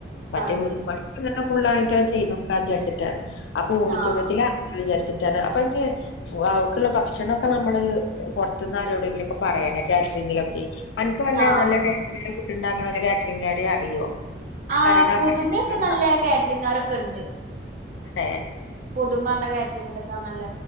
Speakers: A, on the left; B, on the right.
A: മറ്റേവീട്
B: അത് ശരി
A: പണിക്ക് ഇങ്ങനെ ഫുള്ളായിറ്റ് ചെയ്തോക്ക വിചാരിച്ച്ട്ടാണ് അപ്പൊ ഓഡിറ്റോറിയത്തില്
B: ആഹ്
A: ആക്ക്ണ് വിചാരിച്ച് ട്ടാണ് അപ്പന്ന് ഇഹ് ഫു അവക്ക്ള്ള ഭക്ഷണം ഒക്കെ നമ്മള് പോർത്ത്ന്ന് ആരോടെങ്കിലും ഒക്കെ പറയാനാ കാറ്ററിംഗിലൊക്കെ അനക്ക് വല്ല
B: ആഹ്
A: നല്ല ടെസ്റ്റ്ള്ള ഫുഡ് ഇണ്ടാക്ക്ണോല് അല്ലേ കാറ്റ്റിംഗ് അറിയോ <unintelligible>
B: ആഹ് പുതുമയൊക്കെ നല്ല കാറ്ററിംഗാരൊക്കെ ഇണ്ട്
A: <unintelligible>
B: പുതുമ പർഞ കാറ്ററിങ്ങിലൊക്കെ നല്ല